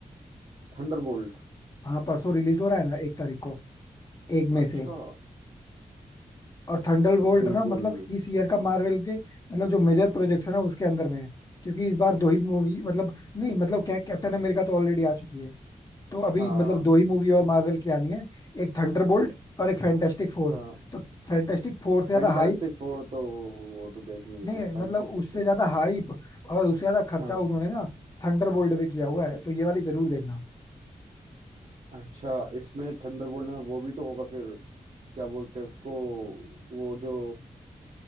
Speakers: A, on the right (about 65°); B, on the left (about 30°).
A: थंडरबोल्ट
B: हाँ परसों रिलीज हो रहा है ना एक तारीख को एक मई
A: अच्छा
B: से और थंडरबोल्ट
A: बिल्कुल
B: ना मतलब इस ईयर का मार्वल के मतलब जो मेजर प्रोजेक्ट है ना उसके अंदर में है क्योंकि इस बार दो ही मूवी मतलब नहीं मतलब क्या कैप्टन अमेरिका तो ऑलरेडी आ चुकी है तो अभी
A: हाँ
B: मतलब दो ही मूवी और मार्वल की आनी है एक थंडरबोल्ट और एक फैंटास्टिक फोर
A: हाँ
B: तो फैंटास्टिक फोर से ज्यादा
A: फैंटास्टिक
B: हाइप
A: फोर तो वो तो देखनी
B: नहीं
A: है
B: है
A: फैंटास्टिक
B: मतलब उससे
A: फोर
B: ज्यादा हाइप और उससे ज्यादा खर्चा
A: हाँ
B: उन्होंने ना थंडरबोल्ट पे किया हुआ है तो ये वाली जरूर देखना
A: अच्छा इसमें थंडरबोल्ट में वो भी तो होगा फिर क्या बोलते हैं उसको वो जो